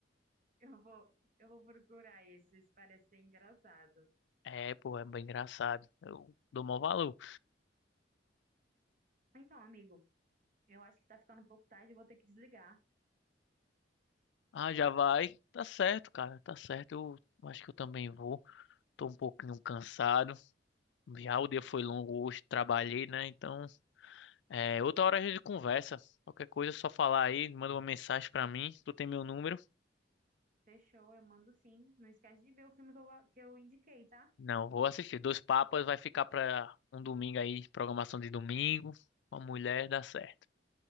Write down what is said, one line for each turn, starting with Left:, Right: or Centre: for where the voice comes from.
Right: eu vou, eu vou procurar esses, parece ser engraçado.
Left: É, pô, é bem engraçado. Eu dou maior valor.
Right: Então, amigo, eu acho que tá ficando um pouco tarde, eu vou ter que desligar.
Left: Ah, já vai. Tá certo, cara, tá certo. Eu eu acho que eu também vou. Tô um pouquinho cansado. Já o dia foi longo hoje, trabalhei, né? Então. É, outra hora a gente conversa. Qualquer coisa é só falar aí, manda uma mensagem pra mim. Tu tem meu número?
Right: Fechou, eu mando sim. Não esquece de ver o filme que eu, que eu indiquei, tá?
Left: Não, vou assistir. Dois Papas vai ficar pra um domingo aí, programação de domingo. Uma mulher dá certo.